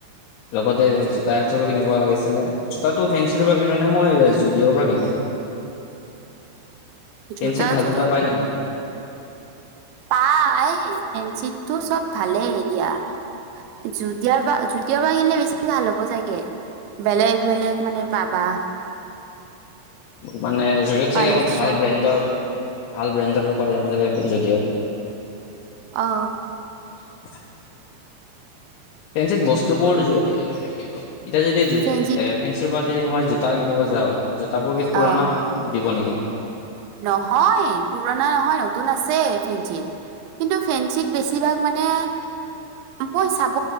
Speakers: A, on the left; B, on the right.
A: লগতে জোতা এযোৰো কিনিব লাগিছিলে, জোতাটো ফেঞ্চিৰ পৰা কিনো নে মই জুদিঅ'ৰ পৰা কিনো? ফেঞ্চিত
B: জোতাটো
A: ভাল জোতা পাই জানো?
B: পায়, ফেঞ্চিতটো সব ভালেই দিয়া। জুদিঅ'ৰ পৰা জুদিঅ'ৰ পৰা কিনিলে বেছি ভাল হ'ব চাগে। বেলেগ বেলেগ মানে পাবা।
A: মানে যুদিওত
B: কালেকচন
A: চাগে অলপ ভাল ব্ৰেণ্ডৰ ভাল ব্ৰেণ্ডৰ উপ <unintelligible> যদিয়ত
B: অহ।
A: <inaudible> ফেঞ্চিত বস্তুবোৰ এতিয়া যদি এতিয়া
B: ফেঞ্চিত
A: ফেঞ্চৰ পৰা যদি মই জোতা কিনিব যাও জোতা বোৰ কি পুৰণা
B: আহ
A: দিব নেকি?
B: নহয় পুৰণা নহয় নতুন আছে ফেঞ্চিত কিন্তু ফেঞ্চিত বেছিভাগ মানে মানে মই চাব